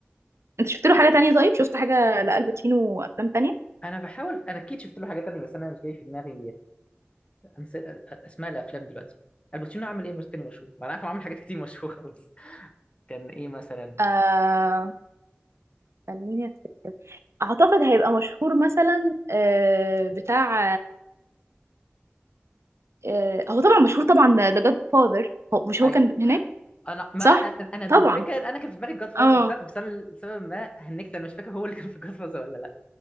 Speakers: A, on the right; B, on the left.
A: أنت شفت له حاجة تانية طيب شفت حاجة لألباتشينو وأفلام تانية
B: انا بحاول انا اكيد شفت له حاجه تانية بس انا مش جاي في دماغي أمس... اسماء الافلام دلوقتي الباتشينو عمل ايه مش تاني مشهور وانا عارف إنه عمل حاجات كتير مشهوره خالص كان ايه مثلا
A: آه خليني أفتكر أعتقد هيبقى مشهور مثلا آه بتاع آه هو طبعا مشهور طبعا ذا جاد فاذر هو مش هو
B: اي
A: كان هناك
B: انا ما
A: صح؟
B: انا أنا الفكره
A: طبعا
B: إن انا كان في دماغي جاد فاز
A: اه
B: بس انا بس انا لسبب ما هنكت انا مش فاكر هو اللي كان في جاد فاز ولا لا